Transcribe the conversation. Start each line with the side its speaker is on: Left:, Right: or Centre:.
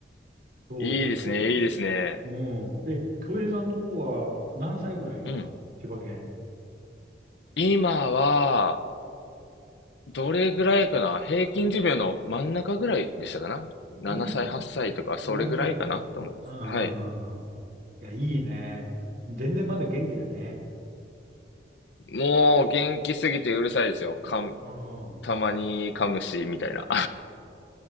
Right: そう。
Left: いいですね、いいですね。
Right: うん。え、京平さんとこは何歳ぐらい今、
Left: うん。
Right: 千葉県。
Left: 今は、どれぐらいかな平均寿命の真ん中ぐらいでしたかな ?7
Right: うーん、
Left: 歳、8歳とか、それぐらいかなと思います。
Right: 7歳ぐらい。うんうんうんうん。
Left: はい。
Right: いや、いいね。全然まだ元気だね。
Left: もう、元気すぎてうるさいですよ。かん
Right: うんうん。
Left: たまに噛むし、みたいな。